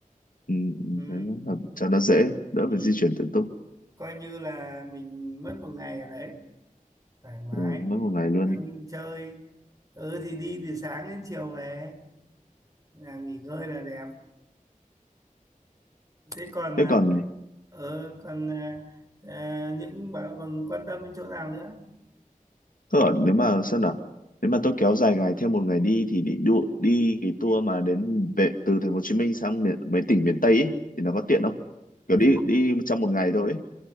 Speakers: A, on the left; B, on the right.
A: ừ, ừ,
B: ừ.
A: thế nó là, cho nó dễ đỡ
B: Ừ.
A: phải di chuyển tự túc
B: coi như là mình mất một ngày ở đấy thoải mái
A: ừ, mất một ngày luôn
B: ăn chơi ừ thì đi từ sáng đến chiều về à, nghỉ ngơi là đẹp thế còn
A: thế
B: à,
A: còn
B: ừ, còn à, à, những bạn còn quan tâm đến chỗ nào nữa
A: Thế ở nếu mà xem nào nếu mà tôi kéo dài ngày theo một ngày đi thì định đu, đi cái tour mà đến về từ thành phố Hồ Chí Minh sang miền, mấy tỉnh miền Tây ấy, thì nó có tiện không kiểu
B: ừ.
A: đi đi trong một ngày thôi ấy.